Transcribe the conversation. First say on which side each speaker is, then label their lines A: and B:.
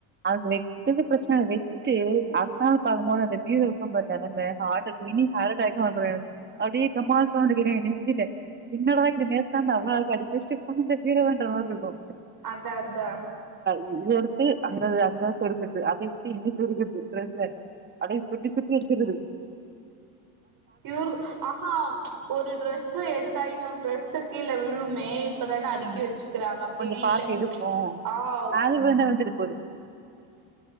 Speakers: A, on the right (about 25°); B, on the right (about 50°).
A: அது வெக்கிறது ப்ரச்னல்ல வெச்சிட்டு அட்த் நாள் பாக்கும்போது அந்த பீரோ <unintelligible> <unintelligible> அப்டி டமால் சௌண்ட் <unintelligible> <unintelligible> என்னடா இது நேத்து தான்டா அவ்ளழகா அடிச் ரிஸ்ட்ரிக் பண்ணா <unintelligible>
B: அத் தா அத் தா
A: <unintelligible> அந்தத அங்க சொருக்றது அத எப்படி இங்க சொருக்றது டிரஸ்ஸ அதே சுருட்டி சுருட்டி வச்சிர்றது
B: இவுர் ஆஹா ஒரு டிரஸ்ஸு எடுத்தா இன்னொரு டிரஸ்ஸு கீழ விழுமே இப்பதான அடுக்கி
A: ம்
B: வெச்சிக்ராங்க அப்டினே
A: கொஞ்சோ பாத்து
B: இல்ல
A: எடுப்போ
B: ஆவ்
A: அது விழுந்தா விழுந்துட்டு போது